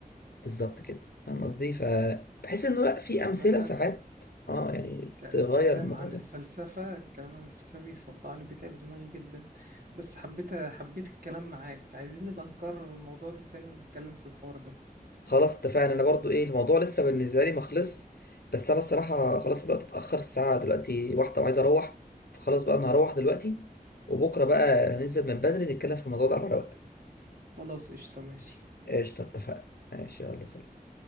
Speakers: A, on the left; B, on the right.
A: بالظبط كده فاهم قصدي فبحس انه لا في
B: عامة
A: امثله ساعات اه يعني
B: ك-
A: تغير
B: الكلام
A: الموضوع
B: عن
A: ده
B: الفلسفة الكلام عن الفلسفة بيصدعني بيتعب دماغي جدا بس حبيت حبيت الكلام معاك عايزين نبقى نكرر الموضوع ده تاني ونتكلم في الحوار ده
A: خلاص اتفقنا انا برضو ايه الموضوع لسه بالنسبه لي ما خلص بس انا الصراحه خلاص الوقت اتاخر الساعه دلوقتي واحده وعايز اروح فخلاص بقى انا هروح دلوقتي وبكره بقى ننزل من بدري نتكلم في الموضوع ده على رواق
B: خلاص قشطة ماشي
A: قشطه اتفقنا ماشي يلا سلام